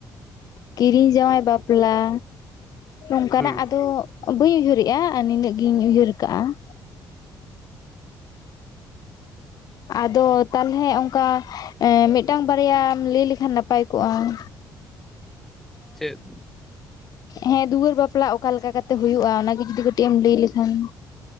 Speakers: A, on the left; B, in the centre.
A: ᱠᱤᱨᱤ ᱡᱟᱶᱟᱭ ᱵᱟᱯᱞᱟ, ᱱᱚᱝᱠᱟ
B: ᱦᱩᱸ
A: ᱱᱟᱜ ᱟᱫᱚ ᱵᱟᱹᱧ ᱩᱭᱦᱟᱹᱨᱮᱜᱼᱟ ᱟᱨ ᱱᱤᱱᱟᱹᱜ ᱜᱤᱧ ᱩᱭᱦᱟᱹᱨ ᱠᱟᱜᱼᱟ ᱾ ᱟᱫᱚ ᱛᱟᱞᱦᱮᱮ ᱚᱱᱠᱟ ᱢᱤᱫᱴᱟᱝ ᱵᱟᱨᱭᱟᱢ ᱞᱟᱹᱭ ᱞᱮᱠᱷᱟᱱ ᱱᱟᱯᱟᱭ ᱠᱚᱜᱼᱟ ᱾
B: <inaudible> ᱪᱮᱫ?
A: ᱦᱮᱸ ᱫᱩᱣᱟᱹᱨ ᱵᱟᱯᱞᱟ ᱚᱠᱟ ᱞᱮᱠᱟ ᱠᱟᱛᱮ ᱦᱩᱭᱩᱜᱼᱟ ᱚᱱᱟᱜᱮ ᱡᱩᱫᱤ ᱠᱟᱹᱴᱤᱡ ᱮᱢ ᱞᱟᱹᱭ ᱞᱮᱠᱷᱟᱱ ᱾